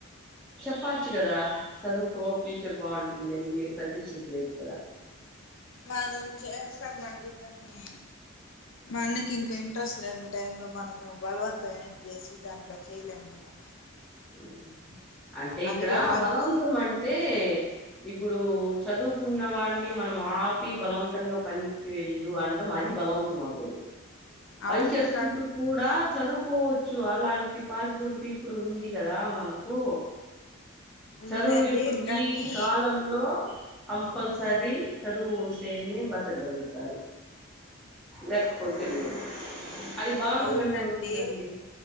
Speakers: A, in the centre; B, on the left.
A: ప్పచ్చు కదా చదువుకో ఫ్యూచర్ బాగుంటుంది అని మీరు సజెషన్ చేయొచ్చు కదా
B: మనం చేసంమండి కానీ మా అన్నకి ఇంకా ఇంట్రెస్ట్ లేదు టైంలో మనము బలవంతం ఏం చేసి దాంట్లో చేయలేము కదా
A: ఆ అంటే ఇక్కడ
B: అందుకే వర్క్
A: బలవంతం అంటే ఇప్పుడు చదువుకున్న వాడిని మనం ఆపి బలవంతంగా పనికి వెళ్ళు అండడం అది బలవంతం అవుతుంది పని
B: అవును
A: చేసుకుంటూ
B: కా
A: కూడా చదువు కోవచ్చు అలాంటి పాసిబిలిటీ ఇప్పుడు ఉంది దా మనకు
B: ఉందండి
A: చదువు ఇప్పుడు
B: కానీ
A: ఈ కాలంలో కంపల్సరీ చదువు ఉంటేనే బతకగలుగుతారు లేకపోతే లేదు అది బలవంతం
B: అవునుండి
A: ఎందుకు అవుతుందండి